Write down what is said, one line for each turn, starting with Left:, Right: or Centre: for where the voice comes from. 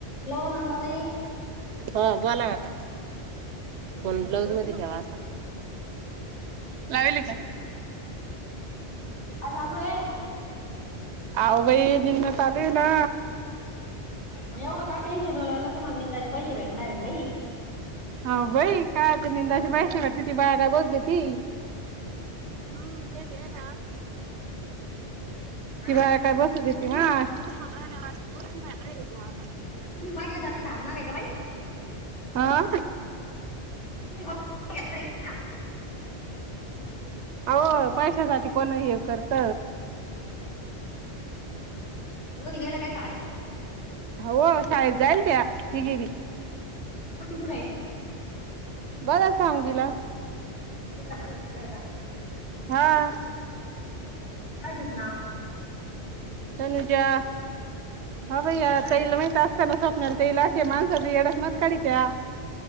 Left: Hello Nandabai
Right: ह बोला वाता कोण ब्लाऊज मध्ये घ्यावा असा लावेल का
Left: आज चालू आहे
Right: अह बाई निना चाले ना
Left: मग एवढं काय टेन्शन होला तुम्हाला निंदायचे पैसे भेटणार बाई
Right: हा भाई कायते निंदाची बाैशी करते ती बाया काय बोतते ती हम्म म येन
Left: हा
Right: ति बा काय बसत येते ना ह ह आ
Left: तुम्हीैसासाठी थबणार आहे का बाई
Right: हा
Left: <unintelligible> <inaudible>
Right: अह पैशासाठी कोण हे करत
Left: ओद गला काय शा येत
Right: हो शाळेत जायल त्या तिन्ही
Left: ह मोठीे कुड आहे
Right: बर सांग तला
Left: जिल्हा परिषद ला आहे का
Right: हा
Left: कायचच नाव
Right: तनुजा भैया
Left: कितवीला आहे?
Right: तल म त ना स्वप्नलेत इलाशे मानसज एडच म काडित्या